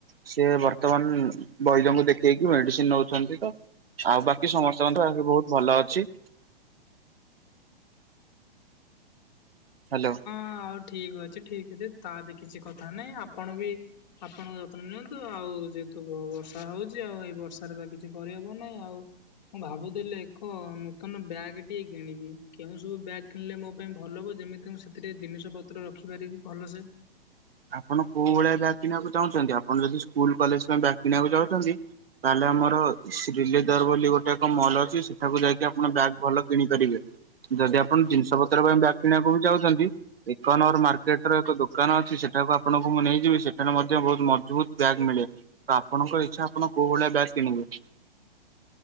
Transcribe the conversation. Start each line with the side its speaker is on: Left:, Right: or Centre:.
Right: ସେ ବର୍ତ୍ତମାନ ବୈଦଙ୍କୁ ଦେଖେଇକି ମେଡିସିନ ନଉଛନ୍ତି ତ ଆଉ ବାକି କି ସମସ୍ତଙ୍କଠୁ ଆହୁରି ବହୁତ ଭଲ ଅଛି। ହ୍ୟାଲୋ।
Left: ହଁ ଆଉ ଠିକ ଅଛି ଠିକ ଅଛି ତା ବି କିଛି କଥା ନାହିଁ ଆପଣ ବି ଆପଣଙ୍କ ନିଅନ୍ତୁ ଆଉ ଯେହେତୁ ବର୍ଷା ହଉଛି ଆଉ ଏଇ ବର୍ଷାରେ ତ କିଛି କରିହବ ନାହିଁ ଆଉ ମୁଁ ଭାବୁଥିଲି ଏକ ନୂତନ ବ୍ୟାଗ୍ ଟିଏ କିଣିବି କେଉଁ ସବୁ ବ୍ୟାଗ୍ କିଣିଲେ ମୋ ପାଇଁ ଭଲ ହେବ ଯେମିତି ମୁଁ ସେଥିରେରେ ଜିନିଷ ପତ୍ର ରଖିପାରିବି ଭଲସେ
Right: ଆପଣ କୋଉ ଭଳିଆ ବ୍ୟାଗ କିଣିବାକୁ ଚାହୁଁଛନ୍ତି, ଆପଣ ଯଦି ସ୍କୁଲ କଲେଜ ପାଇଁ ବ୍ୟାଗ୍ କିଣିବାକୁ ଚାହୁଁଛନ୍ତି ତାହେଲେ ଆମର ଶ୍ରୀି ଲେଦର ବୋଲି ଗୋଟେ ଏକ ମଲ୍ ଅଛି ସେଠାକୁ ଯାଇକି ଆପଣ ବ୍ୟାଗ୍ ଭଲ କିଣି ପାରିବେ। ଯଦି ଆପଣ ଜିନିଷ ପତ୍ର ପାଇଁ ବ୍ୟା କିଣିବାକୁ ବି ଯାଉଛନ୍ତି ଏକନର ମାର୍କେଟ ର ଏକ ଦୋକାନ ଅଛି ସେଠି ସେଟାକୁ ଆପଣଙ୍କୁ ମୁଁ ନେଇଯିବି ସେଠାରେ ମଧ୍ୟ ବହୁତ ମଜବୁତ ବ୍ୟାଗ୍ ମିଳେ। ତ ଆପଣଙ୍କର ଇଚ୍ଛା ଆପଣ କଉ ଭଳିଆ ବ୍ୟାଗ୍ କିଣିବେ?